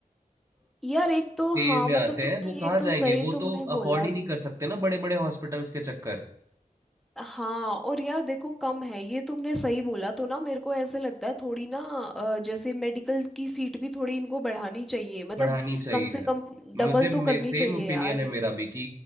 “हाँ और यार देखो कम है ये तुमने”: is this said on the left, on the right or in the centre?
Centre